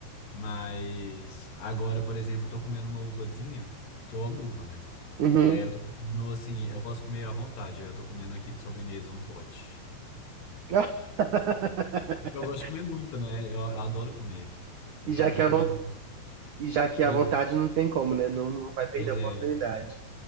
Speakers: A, on the left; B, on the right.
A: Mas agora, por exemplo, eu tô comendo uma uvazinha, que eu amo uva, né?
B: Uhum.
A: E aí eu tô comendo assim, eu posso comer à vontade. Aí eu tô comendo aqui de sobremesa um pote.
B: <laughs>
A: Eu gosto de comer muito, né? Eu, eu adoro comer. Então
B: E já que
A: tô
B: é
A: comendo.
B: a vontade. E já que
A: Pois
B: a vontade
A: é,
B: não tem como, né? Não, não vai perder
A: pois
B: a
A: é.
B: oportunidade.